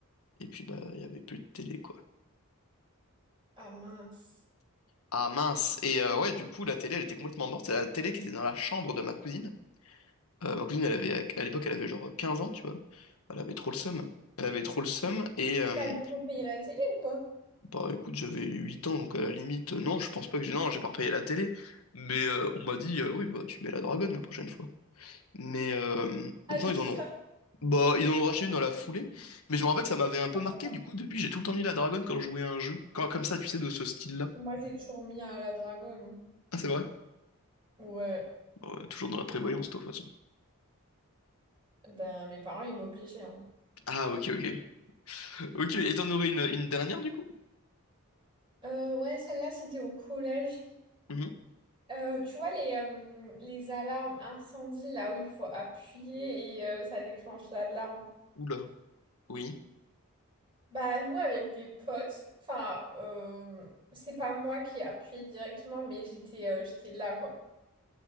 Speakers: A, on the left; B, on the right.
A: Et puis, bah, il y avait plus de télé, quoi.
B: Ah mince.
A: Ah mince! Et euh, ouais, du coup, la télé, elle était complètement morte, c'est la télé qui était dans la chambre de ma cousine. Euh, ma cousine, elle avait, à l'époque, elle avait genre 15 ans, tu vois. Elle avait trop le seum. Elle avait trop le seum. Et euh,
B: T'as dû repayer la télé ou pas?
A: bah écoute, j'avais 8 ans, donc à la limite, euh, non, je pense pas que j'ai. Non, j'ai pas repayé la télé. Mais euh, on m'a dit, euh, oui, bah tu mets la dragonne la prochaine fois. Mais euh,
B: Ah,
A: donc
B: juste
A: non, ils en ont.
B: ça.
A: Bah, ils en ont racheté une dans la foulée. Mais je me rappelle que ça m'avait un
B: Pas
A: peu marqué.
B: savoir.
A: Du coup, depuis, j'ai tout le temps mis la dragonne quand je jouais à un jeu. Quand, comme ça, tu sais, de ce style-là.
B: Moi, j'ai toujours mis à la dragone.
A: Ah, c'est vrai?
B: hein. Ouais,
A: Bon, euh, toujours dans la prévoyance, toi, de toute façon.
B: ben mes parents, ils m'obligeaient. hein.
A: Ah, ok, ok. Ok, et t'en aurais une, une dernière, du coup?
B: Euh, ouais, celle-là, c'était au collège.
A: Mhm.
B: Euh, tu vois les, euh, les alarmes incendie là où il faut appuyer et euh, ça déclenche l'alarme.
A: Oula. Oui.
B: Bah nous avec des potes, enfin euh, c'est pas moi qui ai appuyé directement mais j'étais euh, j'étais là quoi.